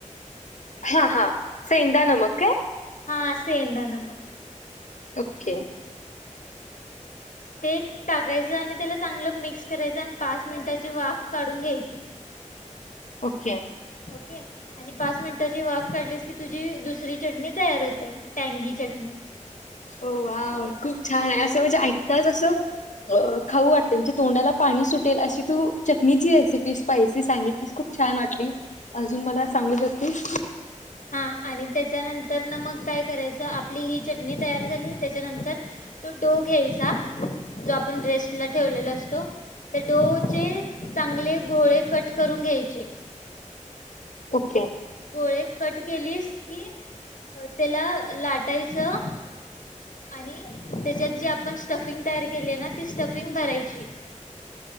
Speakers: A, on the left; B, on the left.
A: हा हा सेदा नमक काय?
B: हा सेदा नमक,
A: ओके.
B: ते टाकायचं. आणि त्याला चांगलं मिक्स करायचं. आणि पाच मिनिटाची वाफ काढुन घ्यायची.
A: ओके
B: ओके आणि पाच मिनिटाची वाफ काढलीस की, तुझी दुसरी चटणी तयार होते. टँगी चटणी
A: ओ वाव! खूप छान आहे. असं म्हणजे ऐकताच असं अ खाऊ वाटते, म्हणजे तोंडाला पाणी सुटेल अशी तू चटणीची रेसिपी स्पायसी सांगितलीस खूप छान वाटली. अजून मला
B: हा
A: सांगू शकतीस.
B: हा आणि त्याच्यानंतर ना मग काय करायचं आपली ही चटणी तयार झाली त्याच्यानंतर तो डो घ्यायचा. जो आपण रेस्ट ला ठेवलेला असतो. तर डोचे चांगले गोळे कट करून घ्यायचे.
A: ओके.
B: गोळे कट केलीस की त्याला लाटायचं आणि त्याच्यात जी आपण स्टफिंग तयार केली ना ती स्टफिंग भरायची.